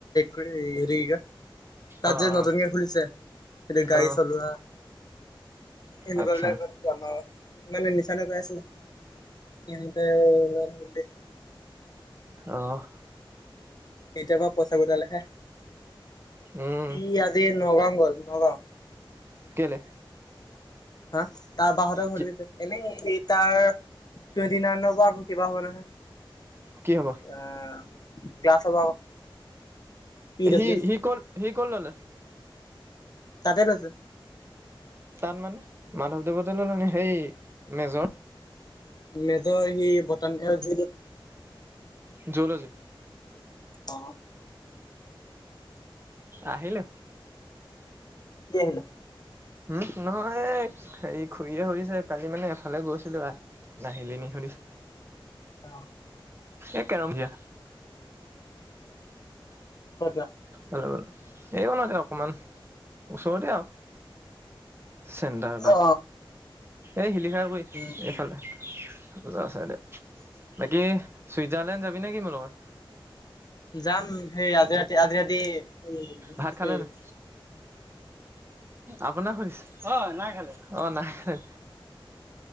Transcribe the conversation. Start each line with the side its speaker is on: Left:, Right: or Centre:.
Left: কৰিবক হেৰি কা তাত
Right: অ
Left: যে
Right: অ
Left: নতুনকে খুলিছে এতে গাড়ী
Right: অ
Left: চলোৱা। এনেকুৱাবিলাক
Right: আচ্ছা
Left: <unintelligible> মানে নিচানে গাই আছিলা। তেন্তে <unintelligible>
Right: আহ
Left: কেতিয় পৰাা পইচা কটালে হে
Right: উম
Left: সি আজি নগাও গ'ল নগ
Right: কেলে?
Left: হা তাৰ বাহঁতৰ ঘৰতে
Right: কি
Left: এনেই স তাৰ টুৱেটি নাই পৰা আকৌ কিবা হব নহে
Right: কি হ'ব
Left: অ', ক্লাছ হ'ব। পি ডব্লিউ
Right: ি হি কল হি কল ললে
Left: তাতে লৈছ
Right: তাত মানে মাধৱদেৱতে লল ন সেই মেজৰ
Left: ম ত সি বটান খ জ
Right: জলজি
Left: আহ
Right: আহিলোঁ।
Left: আহিল
Right: উম নহয় হে খুৰে শুৰিছে কালি মানে এফালে গৈছিলো আৰু নাহিল নি শুনিছ
Left: অ'
Right: এ কেৰম দিয়া
Left: <unintelligible>
Right: হেল্ল'ল এই কনতে অকণমান ওচৰতে আৰু চেণ্টাৰ তাত
Left: অ
Right: এই শিলিখাগুই
Left: উম উম
Right: এইফালে আছে দে বাকী চুইজাৰলেণ্ড যাবি নে কি মোৰ লগত
Left: যাম সেই আজি ৰাতি আজি ৰাতি মেজ
Right: ভাত খালে
Left: কৰি
Right: নাই? আপোনাক সুধিছো অ' নাই খালে অ' নাই খালে